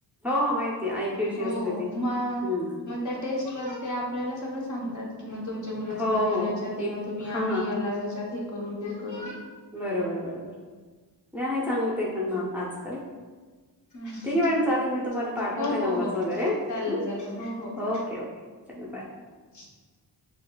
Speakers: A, in the centre; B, on the left.
A: हो हो, माहिती आयक्यूची
B: हो,
A: असते ती
B: म
A: हम्म
B: मग त्या टेस्ट वर ते आपल्याला सगळं सांगतात. कि मग तुमच्या मुलाचं
A: हो
B: करिअर
A: हो
B: याच्यात
A: कि
B: आहे, मग तुम्ही
A: हा
B: आम्ही याला याच्यात हे करू ते करू.
A: बरोबर बरोबर नाही आहे, चांगलं ते पण म आजकल.
B: हम्म हम्म
A: ठीक आहे मॅडम
B: हम्म.
A: चालेल, मी तुम्हाला पाठवते
B: हो
A: नंबर
B: हो हो
A: वगैरे
B: चालेल
A: ह
B: चालेल हो हो बाय
A: ओके ओके! चला बाय!
B: <unintelligible>